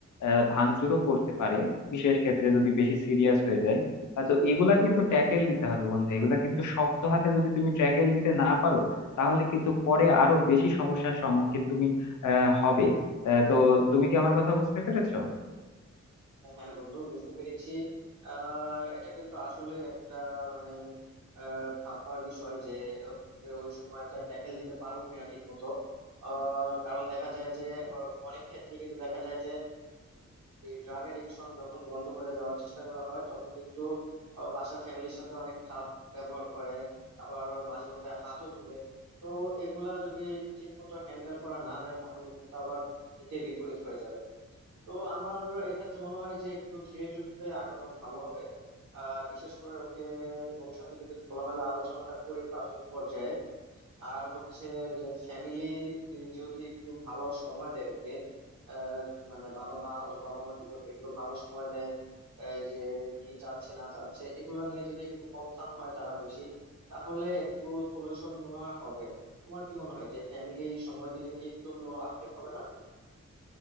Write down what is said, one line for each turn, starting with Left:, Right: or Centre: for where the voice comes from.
Left: আহ, ভাঙচুরও করতে পারে বিশেষ ক্ষেত্রে যদি বেশি সিরিয়াস হয়ে যায় আহ, তো এগুলা কিন্তু ট্যাকেল দিতে হবে বন্ধু এগুলা কিন্তু শক্ত হাতে যদি তুমি ট্যাকেল দিতে না পারো তাহলে কিন্তু পরে আরো বেশি সমস্যার সম্মুখীন তুমি আহ হবে আহ, তো তুমি কি আমার কথা বুঝতে পেরেছো
Right: হ্যাঁ বন্ধু বুঝতে পেরেছি আহ এটা কিন্তু আসলে একটা মানে আহ, ভাববার বিষয় যে ওকে ওই সময়টা ট্যাকেল দিতে পারবো কিনা ঠিক মতো আহ, কারণ দেখা যায় যে আহ, অনেক ক্ষেত্রে কিন্তু দেখা যায় যে ড্রাগ এডিকশন যখন বন্ধ করে দেওয়ার চেষ্টা করা হয় তখন কিন্তু আহ, বাসার ফ্যামিলির সাথে অনেক খারাপ ব্যবহার করে আবার মাঝে মধ্যে হাতও তুলে তো এগুলা যদি ঠিক মতো হ্যান্ডেল করা না যায় তাহলে কিন্তু আবার হিতে বিপরীত হয়ে যাবে তো আমার এক্ষেত্রে মনে হয় যে একটু ধীরে সুস্থে আগানো ভালো হবে আহ বিশেষ করে ওকে ওর সাথে যদি খোলামেলা আলোচনাটা করি প্রাথমিক পর্যায়ে আর হচ্ছে যে ফ্যামিলি যদি একটু ভালো সময় দেয় ওকে আহ মানে বাবা মা ওর বাবা মা যদি ওকে একটু ভালো সময় দেয় এই যে কি চাচ্ছে না চাচ্ছে এগুলো নিয়ে যদি একটু কনসার্ন হয় তারা বেশি তাহলে একটু সলিউশন মনে হয় হবে তোমার কি মনে হয় যে ফ্যামিলি সময় দিলে কি একটু হলো আপডেট হবে না